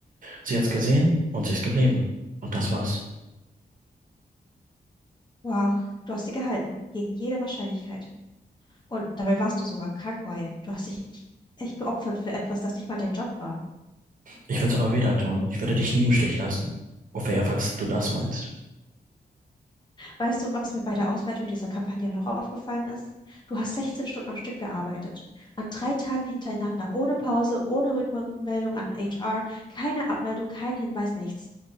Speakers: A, on the right; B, on the left.
A: Sie hat's gesehen und sie ist geblieben. Und das war's.
B: Wow, du hast sie gehalten, gegen jede Wahrscheinlichkeit. Und dabei warst du sogar krank, Wyatt. Du hast dich echt geopfert für etwas, das nicht mal dein Job war.
A: Ich würde es aber wieder tun. Ich würde dich nie im Stich lassen. Ophelia, falls du das meinst.
B: Weißt du, was mir bei der Auswertung dieser Kampagne noch aufgefallen ist? Du hast 16 Stunden am Stück gearbeitet. An drei Tagen hintereinander, ohne Pause, ohne Rückmeldung an HR, keine Abmeldung, kein Hinweis, nichts.